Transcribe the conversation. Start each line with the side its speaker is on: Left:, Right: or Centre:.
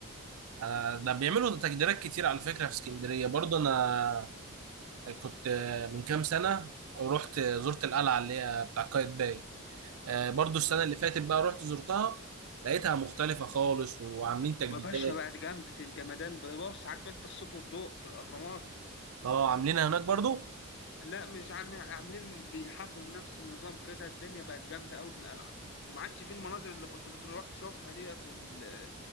Right: انا ده بيعملوا تجديدات كتير على فكره في اسكندريه برضه انا كنت آه، من كام سنة رحت آه، زرت القلعة اللي هي بتاع قايتباي آه، برضو السنة
Left: اه
Right: اللي فاتت بقى رحت زرتها لقيتها مختلفة خالص وعاملين تجديدات
Left: يا باشا بقى دي جامدة الجمدان بص عارف أنت الصوت والضوء في الأهرامات
Right: اه عاملينها هناك برضو
Left: لا مش عم... عاملين بيحاكوا نفس النظام كده الدنيا بقت جامدة قوي في القلعة وما عادش في المناظر اللي كنت بتروح تشوفها ديت وال...